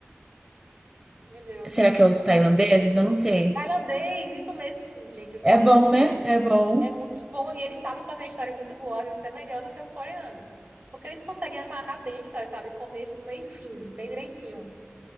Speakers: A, on the right; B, on the right.
A: Meu Deus,
B: Será que é os
A: esqueci.
B: tailandeses? Eu não sei.
A: Tailandês, isso mesmo. Gente, o
B: É
A: tailandês
B: bom, né? É bom.
A: é muito bom e eles sabem fazer uma história muito boa, às vezes é melhor do que o coreano. Porque eles conseguem amarrar bem a história, sabe? Começo, meio e fim, bem direitinho.